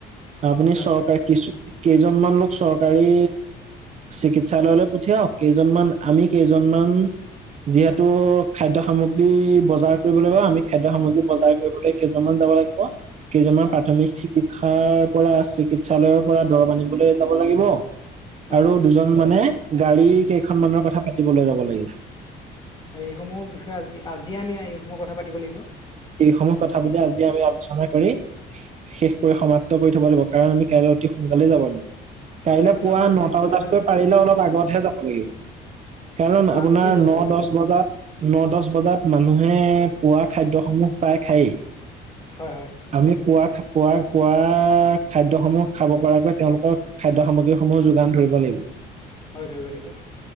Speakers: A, on the right; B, on the left.
A: আপুনি
B: হয়
A: চৰকাৰ কিছু কেইজনমান লোক চৰকাৰী চিকিৎসালয়লৈ পঠিয়াওক কেইজনমান আমি কেইজনমান যিহেতু খাদ্য সামগ্ৰী বজাৰ কৰিব লাগিব আমি খাদ্য সামগ্ৰী বজাৰ কৰিবলৈ কেইজনমান যাব লাগিব কেইজনৰ
B: হয়
A: প্ৰাথমিক চিকিৎসাৰ পৰা চিকিৎসালয়ৰ পৰা দৰৱ আনিবলৈ যাব লাগিব
B: হয়
A: আৰু
B: হয়
A: দুজন মানে গাড়ী কেইখনমানৰ কথা পাতিবলৈ যাব লাগিব
B: আৰু এইসমূহৰ বিষয়ে আজি আজিয়ে আমি এইসমূহ কথা পাতিব লাগিব
A: এইসমূহ কথা পাতি আজিযে আমি আলোচনা কৰি, শেষ কৰি সমাপ্ত কৰি থব লাগিব। কাৰণ আমি কাইলৈ অতি সোনকালে যাবন
B: হয়
A: কাইলে
B: কাইলৈ
A: পুৱা
B: আমাৰ যিহেতু
A: নটা
B: সময়
A: বজাতকৈ
B: নহ'ব
A: পাৰিলে অলপ আগতহে যাব লাগিব। কাইলে
B: অ
A: আপোনাৰ
B: আগতেই যাব
A: ন,
B: পাৰি
A: দছ বজাত ন, দহ বজাত মানুহে পোৱা খাদ্যসমূহ পাই খায়ে।
B: হয় হয়
A: আমি পুৱ-পুৱ পোৱা, খাদ্য সমূহ খাব পৰাকৈ তেওঁলোকক খাদ্য সামগ্ৰীসমূহো যোগান ধৰিব লাগিব।
B: হয়, ধৰিব লাগিব।